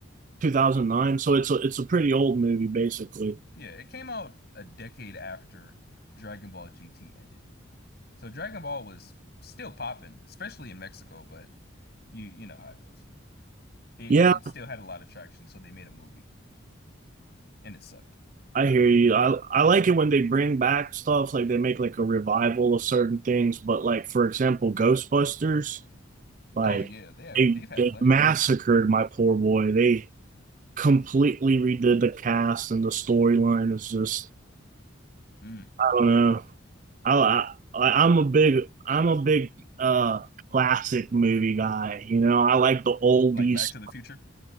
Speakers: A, on the right (about 40°); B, on the left (about 50°).
A: 2009. So it's a it's a pretty old movie, basically.
B: Yeah, it came out a decade after Dragon Ball GT ended. So Dragon Ball was still popping, especially in Mexico, but you you know how it goes. It,
A: Yeah,
B: it it still had a lot of traction, so they made a movie, and it sucked.
A: I hear you. I I like it when they bring back stuff, like they make like a revival of certain things, but like for example, Ghostbusters, like
B: Oh yeah, they have,
A: they,
B: they've had
A: they
B: plenty,
A: massacred
B: right?
A: my poor boy. They completely redid the cast and the storyline is just
B: Mm.
A: I don't know. I, I like, I'm a big I'm a big uh classic movie guy. You know, I like the oldies
B: Like Back to the Future.